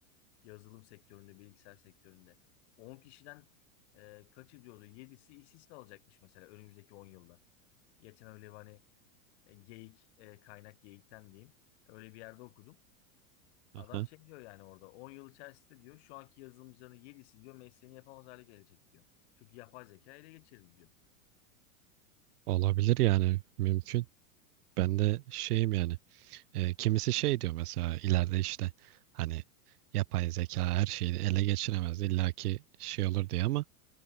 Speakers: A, on the left; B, on the right.
A: Yazılım sektöründe, bilgisayar sektöründe. 10 kişiden e, kaçı diyordu? 7'si işsiz kalacakmış mesela önümüzdeki 10 yılda. Geçen öyle bir hani E, Geyik, e, kaynak geyikten diyeyim. Öyle bir yerde okudum. Adam
B: Aha.
A: şey diyor yani orada On yıl içerisinde diyor şu anki yazılımcıların yedisi diyor mesleğini yapamaz hale gelecek diyor. Çünkü yapay zeka ele geçirdi diyor.
B: Olabilir yani mümkün. Ben de şeyim yani. e, kimisi şey diyor mesela ileride işte hani yapay zeka her şeyi ele geçiremez. Illaki şey olur diye ama